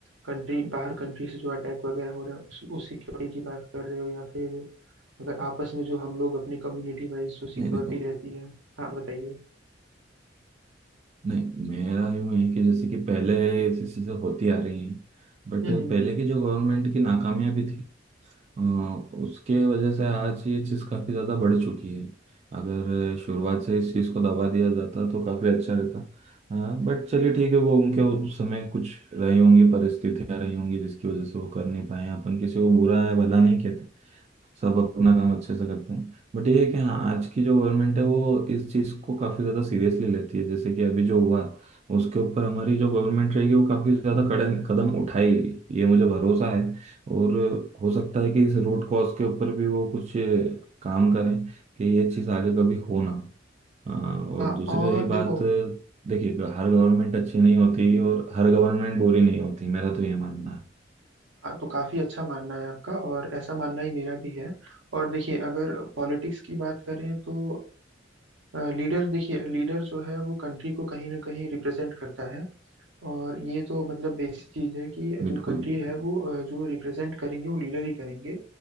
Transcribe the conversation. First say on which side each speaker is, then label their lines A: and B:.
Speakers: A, on the right (about 80°); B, on the right (about 35°).
A: कंट्री बाहर कंट्री से जो अटैक वगैरह हो रहा है उस उस सिक्योरिटी की बात कर रहे हो या फिर अगर आपस में जो हम लोग अपनी कम्युनिटी वाइज जो सिक्योरिटी
B: नहीं देखो
A: रहती है हाँ बताइए
B: नहीं मेरा यूं है कि जैसे कि पहले ऐसी चीज़ें होती आ रही हैं बट
A: हम्म हम्म
B: पहले की जो गवर्नमेंट की नाकामियां भी थी अ, उसके वजह से आज ये चीज़ काफ़ी ज़्यादा बढ़ चुकी है अगर शुरुआत से इस चीज़ को दबा दिया जाता तो काफ़ी अच्छा रहता हाँ बट चलिए ठीक है वो उनके उस समय कुछ रही होंगी परिस्थितियां रही होंगी जिसकी वजह से वो कर नहीं पाए हैं। अपन किसी को बुरा है भला नहीं कहते सब अपना काम अच्छे से करते हैं बट ये है कि हाँ आज की जो गवर्नमेंट है वो इस चीज़ को काफ़ी ज़्यादा सीरियसली लेती है जैसे कि अभी जो हुआ उसके ऊपर हमारी जो गवर्नमेंट रहेगी वो काफ़ी ज़्यादा कड़े कदम उठाएगी ये मुझे भरोसा है और हो सकता है कि इस रूट कॉज के ऊपर भी वो कुछ काम करें कि ये चीज़ आगे कभी हो ना अ, और
A: हाँ
B: दूसरी
A: और
B: रही
A: देखो
B: बात देखिए हर गवर्नमेंट अच्छी नहीं होती और हर गवर्नमेंट बुरी नहीं होती मेरा तो ये मानना है
A: हाँ तो काफी अच्छा मानना है आपका और ऐसा मानना ही मेरा भी है और देखिए अगर पॉलिटिक्स की बात करें तो लीडर देखिए लीडर जो है वो कंट्री को कहीं ना कहीं रिप्रेजेंट करता है और ये तो मतलब बेसिक चीज है कि
B: बिल्कुल
A: जो कंट्री है वो अ, जो रिप्रेजेंट करेंगे वो लीडर ही करेंगे